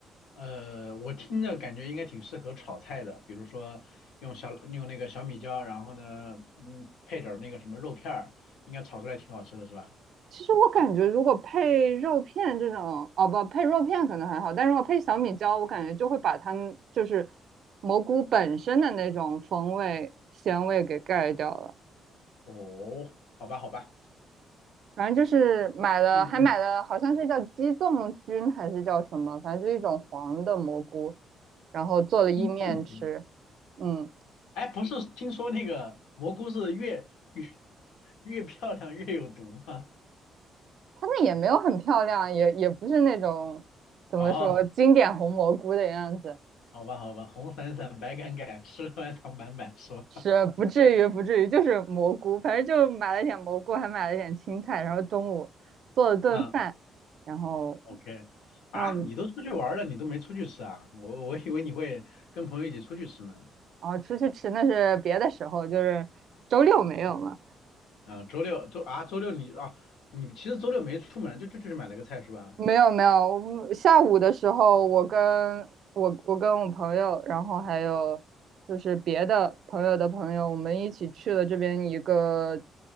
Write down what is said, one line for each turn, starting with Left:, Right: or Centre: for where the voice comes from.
Left: 呃，我听着感觉应该挺适合炒菜的，比如说用小用那个小米椒，然后呢，嗯，配点儿那个什么肉片儿，应该炒出来挺好吃的是吧？
Right: 其实我感觉，如果配肉片这种，哦不，配肉片可能还好，但如果配小米椒，我感觉就会把它们就是蘑菇本身的那种风味、鲜味给盖掉了。
Left: 哦，好吧，好吧，
Right: 反正就是买了，
Left: 嗯嗯，
Right: 还买了，好像是叫鸡枞菌还是叫什么，反正就一种黄的蘑菇，然后做了意面吃。
Left: 一共可以。
Right: 嗯，
Left: 哎，不是听说那个蘑菇是越越越漂亮越有毒吗？
Right: 它那也没有很漂亮，也也不是那种怎么说经典红蘑菇的样子，
Left: 哦，好吧，好吧，红伞伞，白杆杆，吃完躺板板，说，
Right: 是不至于不至于，就是蘑菇，反正就买了点蘑菇，还买了点青菜，然后中午做了顿饭，
Left: 嗯
Right: 然后
Left: ，OK，啊，
Right: 让我们
Left: 你都出去玩了，你都没出去吃啊？我我以为你会跟朋友一起出去吃呢。
Right: 然后出去吃，那是别的时候，就是周六没有嘛。
Left: 啊，周六周啊，周六你啊，你其实周六没出门，就就就去买了个菜是吧？
Right: 没有没有，我们下午的时候，我跟我我跟我朋友，然后还有就是别的朋友的朋友，我们一起去了这边一个